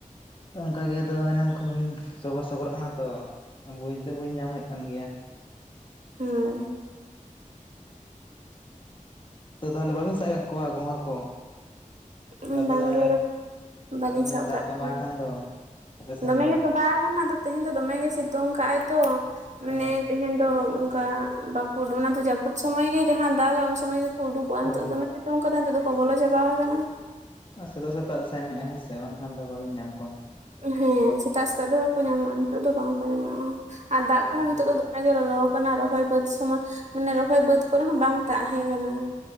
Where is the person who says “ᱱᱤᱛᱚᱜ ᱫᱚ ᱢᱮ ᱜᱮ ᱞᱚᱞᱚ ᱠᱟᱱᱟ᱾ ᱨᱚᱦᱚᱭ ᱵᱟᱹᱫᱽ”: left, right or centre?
Right